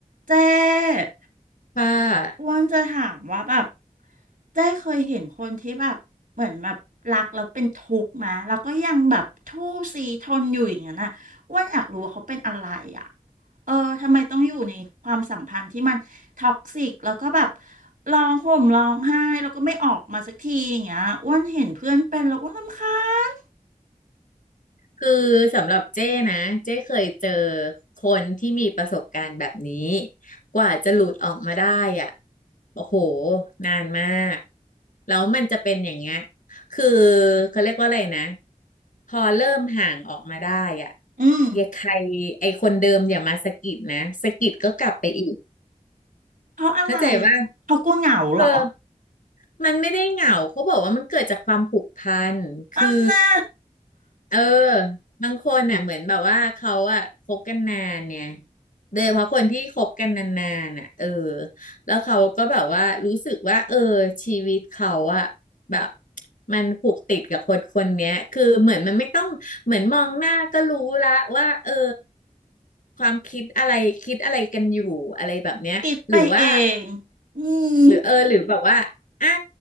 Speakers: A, on the right (about 85°); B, on the left (about 75°).
A: เจ๊อ้
B: ค่ะ
A: วันจะถามว่าแบบเจ๊เคยเห็นคนที่แบบเหมือนแบบรักแล้วเป็นทุกข์มาแล้วก็ยังแบบทู่ซีทนอยู่อย่างนั้นน่ะอ้วันอยากรู้ว่าเขาเป็นอะไรอ่ะเออทำไมต้องอยู่ในความสัมพันธ์ที่มันท็อกซิกแล้วก็แบบร้องห่มร้องไห้แล้วก็ไม่ออกมาสักทีอย่างเงี้ยอ้วนเห็นเพื่อนเป็นแล้วอ้วนรำคาญ
B: คือสำหรับเจ้นะ เจ้เคยเจอคนที่มีประสบการณ์แบบนี้ กว่าจะหลุดออกมาได้อ่ะโอ้โห นานมาก แล้วมันจะเป็นอย่างเงี้ยคือเขาเรียกว่าอะไรนะ พอเริ่มห่างออกมาได้อ่ะ
A: อืม
B: อย่าใครไอคนเดิมอย่ามาสะกิดนะสะกิดก็กลับไปอีก
A: เพราะอะไร
B: เข้าใจว่า
A: เขากลัวเหงาเหรอ
B: เออ มันไม่ได้เหงาเขาบอกว่ามันเกิดจากความผูกพันคือ
A: อันน่ะ
B: เออ บางคนน่ะเหมือนแบบว่าเขาอะคบกันนานเนี่ยโดยเฉพาะคนที่คบกันนานๆน่ะเออแล้วเขาก็แบบว่ารู้สึกว่าเออชีวิตเขาอะแบบมันผูกติดกับคนคนเนี้ยคือเหมือนมันไม่ต้องเหมือนมองหน้าก็รู้ละว่าเออความคิดอะไรคิดอะไรกันอยู่อะไรแบบเนี้ยหรือว่า
A: คิดไปเอง อืม
B: หรือเออหรือแบบว่าอ่ะ